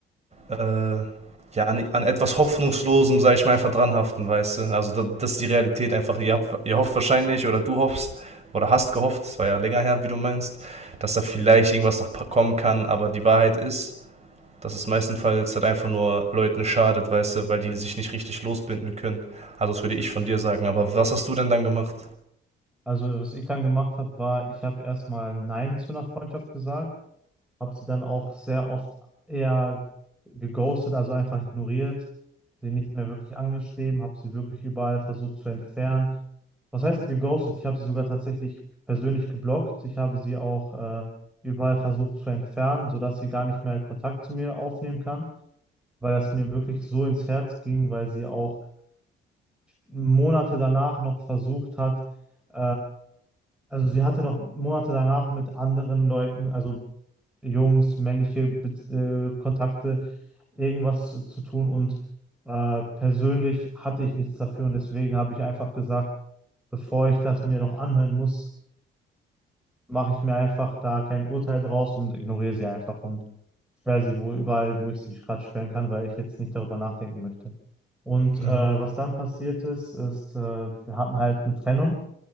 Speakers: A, on the right; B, in the centre.
A: äh, ja, an, an etwas Hoffnungslosem, sag ich mal, einfach dranhaften, weißt du? Also da, das ist die Realität einfach. Ihr, habt, ihr hofft wahrscheinlich oder du hoffst oder hast gehofft, es war ja länger her, wie du meinst, dass da vielleicht irgendwas noch kommen kann, aber die Wahrheit ist, dass es meistenfalls halt einfach nur Leuten schadet, weißt du, weil die sich nicht richtig losbinden können. Also das würde ich von dir sagen. Aber was hast du denn dann gemacht?
B: Also was ich dann gemacht habe, war, ich habe erstmal Nein zu einer Freundschaft gesagt. habe sie dann auch sehr oft eher geghostet, also einfach ignoriert, sie nicht mehr wirklich angeschrieben, habe sie wirklich überall versucht zu entfernen. Was heißt geghostet? Ich habe sie sogar tatsächlich persönlich geblockt. Ich habe sie auch äh, überall versucht zu entfernen, sodass sie gar nicht mehr Kontakt zu mir aufnehmen kann, weil das mir wirklich so ins Herz ging, weil sie auch Monate danach noch versucht hat, äh, also sie hatte noch Monate danach mit anderen Leuten, also Jungs, männliche Bez- äh, Kontakte, irgendwas zu, zu tun. Und äh, persönlich hatte ich nichts dafür und deswegen habe ich einfach gesagt, bevor ich das mir noch anhören muss, mache ich mir einfach da kein Urteil draus und ignoriere sie einfach und sperre sie wo überall, wo ich sie gerade sperren kann, weil ich jetzt nicht darüber nachdenken möchte. Und äh,
A: Mhm.
B: was dann passiert ist, ist, äh, wir hatten halt eine Trennung